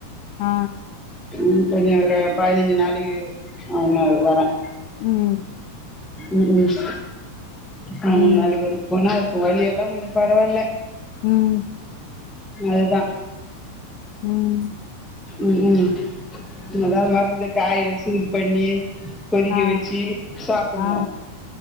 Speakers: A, on the left; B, in the centre.
A: ஆ
B: ம் கொஞ்ச ஒரு பதினஞ்சு நாளைக்கு அவன்னு வரான்
A: ம்
B: ம் ம் பய்னஞ்சு
A: ம்
B: நாளைக்கு ஒருக போனாவலி எல்லா கொஞ்ச பரவாயில்ல
A: ம்
B: அதுதா
A: ம்
B: ம் ம் அதா மருந்த காய சூட் பண்ணி கொதிக்க
A: ஆ
B: வெச்சி சாப்ட்ணு
A: ஆ